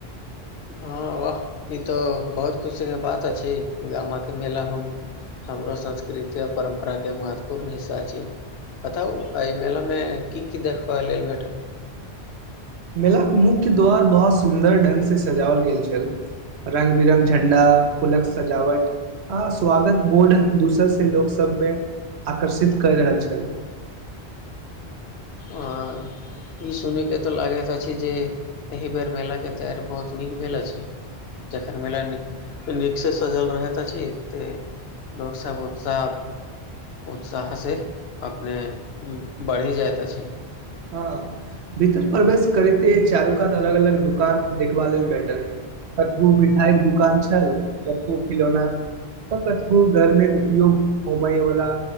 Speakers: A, on the left; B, on the right.
A: हँ वाह ई तो बहुत खुश के बात अछि गामा के मेला हम हमरो संस्कृति आओ परम्पराके महत्वपूर्ण हिस्सा छी बताउ अय मेला मे की की देखबा लेल भेटल
B: मेलाक के मुख्य द्वार बहुत सुन्दर ढंग से सजाओल गेल छल रंग बिरंगक झण्डा फूलक सजावट आ स्वागत बोर्ड दोसर से लोक सबमे आकर्षित कर रहल छल
A: अं ई सुनिकेतऽ लागैत अछि जे एहि बेर मेलाक के तैयारी बहुत नीक भेल अछि जखन मिल नीक से सजल रहैत अछि त लोकसब उत्सव उत्साह से अपने बढ़ि जाइत छै
B: हँ भीतर प्रवेश करते चारू कात अलग अलग दुकान देखबा लेल बैठल कतहु मिठाइ के दुकान छल कतहु खिलौना तऽ कतहु घर में उपयोग होमेय वाला